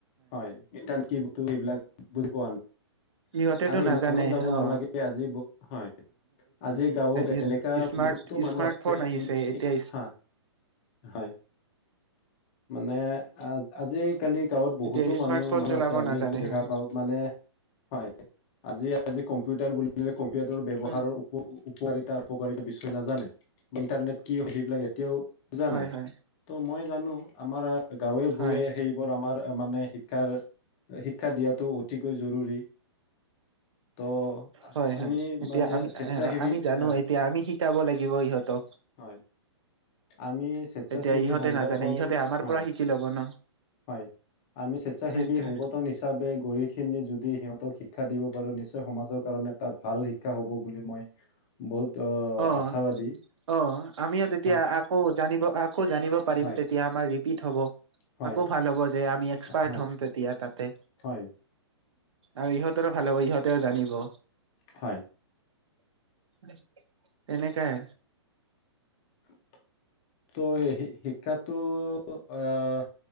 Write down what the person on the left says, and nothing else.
হয়। ইণ্টাৰনেট কি বস্তু এইবিলাক বুজি পোৱা নাই।
আৰু
ইমানো যাব
নালাগে, আজি হয় আজি গাঁৱত
এনে কা
বহুতো মানুহ
আছে
ইন
হা'। হয়। মানে আজি কালি গাঁৱত বহুতো
মানুহ
আছে এইটো আমি
দেখা
পাওঁ। মানে হয়, আজি আজি কম্পিউটাৰ বুলিলে কম্পিউটাৰ ব্যৱহাৰৰ
উপকাৰিতা উপকাৰিত বিষয় নাজানে। ইণ্টাৰনেট কি? সেইবিলাক এতিয়াও বুজা
নাই।
ত' মই জানো আমাৰ গাঁৱে ভূঞে
সেই বোৰ আমাৰ মানে শিক্ষাৰ শিক্ষা দিয়াটো অতিকৈ জৰুৰী। ত'
আমি
মানে
স্বেচ্ছাসেৱী
আ
হয়। আমি স্বেচ্ছাসেৱী
সংগঠন,
হয়।
হয়। আমি স্বেচ্ছাসেৱী
সংগঠন হিচাপে হিচাপে গৈ এই খিনি যদি সিহঁতক শিক্ষা দিব পাৰো নিশ্চয় সমাজৰ কাৰণে এটা ভাল শিক্ষা হ'ব বুলি মই বহুত
আশাবাদী।
হয়
হয়
হয়
হয়
হয়
হয়।
<inaudible> ত' হে শিক্ষাটো আহ